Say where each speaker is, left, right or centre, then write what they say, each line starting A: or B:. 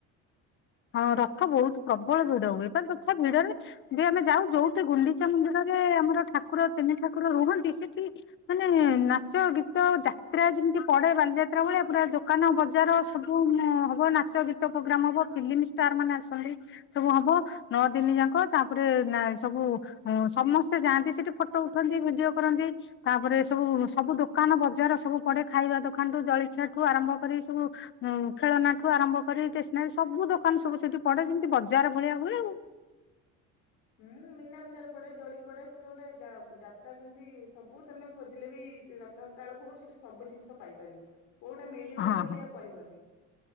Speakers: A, on the left (about 40°); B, on the left (about 75°).
A: ହଁ ରଥ ବହୁତ ପ୍ରବଳ ଭିଡ ହୁଏ। <unintelligible> ତଥା ଭିଡରେ ବି ଆମେ ଯାଉ ଯୋଉଠି ଗୁଣ୍ଡିଚା ମନ୍ଦିରରେ ଆମର ଠାକୁର ତିନି ଠାକୁର ରୁହନ୍ତି ସେଠି ମାନେ ନାଚ, ଗୀତ, ଯାତ୍ରା ଯେମିତି ପଡେ ବାଲିଯାତ୍ରା ଭଳିଆ ପୁରା ଦୋକାନ ବଜାର ସ ସବୁ ଅଁ, ହବ ନାଚ, ଗୀତ ପ୍ରୋଗ୍ରାମ୍ ହବ ଫିଲ୍ମ ଷ୍ଟାର୍ ମାନେ ଆସନ୍ତି। ସବୁ ହବ। ନଅ ଦିନି ଯାକ ତାପରେ ନା ସବୁ ହଁ ସମସ୍ତେ ଯାଆନ୍ତି ସେଠି ଫଟୋ ଉଠାନ୍ତି, ଭିଡିଓ କରନ୍ତି। ତାପରେ ସବୁ ସବୁ ଦୋକାନ ବଜାର ସବୁ ପଡେ। ଖାଇବା ଦୋକାନଠୁ ଜଳଖିଆ ଠୁ ଆରମ୍ଭ କରି ସବୁ ଆଉ ଖେଳନାଠୁ ଆରମ୍ଭ କରି ଷ୍ଟେସନାରୀ ସବୁ ଦୋକାନ ସବୁ ସେଠି ପଡେ ଯେମିତି ବଜାର ଭଳିଆ ହୁଏ ଆଉ।
B: ହୁଁ ମୀନା ବଜାର ପଡେ, ଦୋଳି ପଡେ ସେଟା ଗୋଟେ ଯା- ଯାତ୍ରା ଯେମିତି ସବୁ ତୋମେ ଖୋଜିଲେ ବି ଯେ ର <inaudible> କୁ ସେଠି ସବୁ ଜିନିଷ ପାଇପାରିବ କୋଉଟା ମିଳିବନି
A: ହଁ
B: ବୋଲି
A: ହଁ
B: ଆଉ କହିବନି।